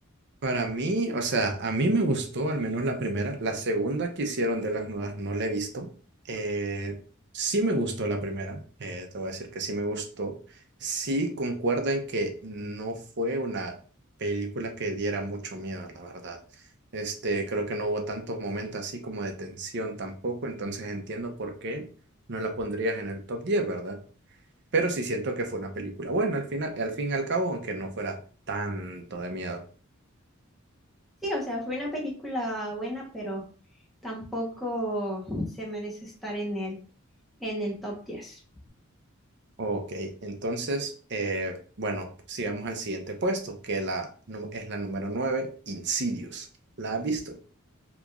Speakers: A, on the right; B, in the centre.
A: Para mí, o sea, a mí me gustó al menos la primera. La segunda que hicieron de las nuevas no la he visto. Eh, sí me gustó la primera. eh, te voy a decir que sí me gustó. Sí concuerdo en que no fue una película que diera mucho miedo, la verdad. Este, creo que no hubo tantos momentos así como de tensión tampoco. Entonces entiendo por qué no la pondrías en el top 10, ¿verdad? Pero sí siento que fue una película buena al final, al fin y al cabo, aunque no fuera tanto de miedo.
B: Sí, o sea, fue una película buena, pero tampoco se merece estar en el, en el top 10.
A: Ok, entonces, eh, bueno, sigamos al siguiente puesto, que la, nu- es la número 9, Insidious. ¿La has visto?